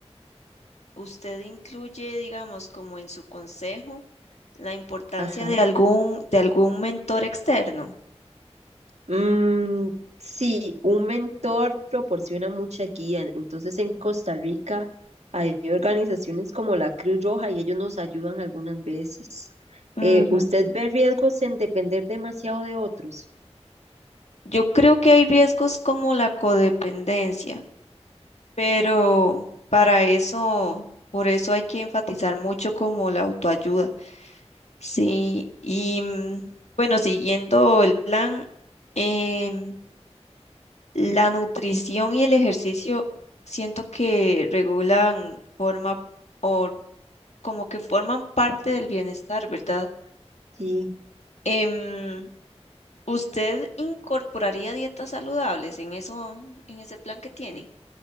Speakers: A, on the left; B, on the right.
A: usted incluye, digamos, como en su consejo, la importancia
B: Ajá.
A: de algún, de algún mentor externo.
B: Mm, sí, un mentor proporciona mucha guía. Entonces, en Costa Rica hay organizaciones como la Cruz Roja y ellos nos ayudan algunas veces.
A: Ujú.
B: Eh, ¿usted ve riesgos en depender demasiado de otros?
A: Yo creo que hay riesgos como la codependencia. Pero para eso, por eso hay que enfatizar mucho como la autoayuda. Sí, y mm, bueno, siguiendo el plan, em, la nutrición y el ejercicio siento que regulan forma o como que forman parte del bienestar, ¿verdad?
B: Sí.
A: Em, ¿usted incorporaría dietas saludables en eso, en ese plan que tiene?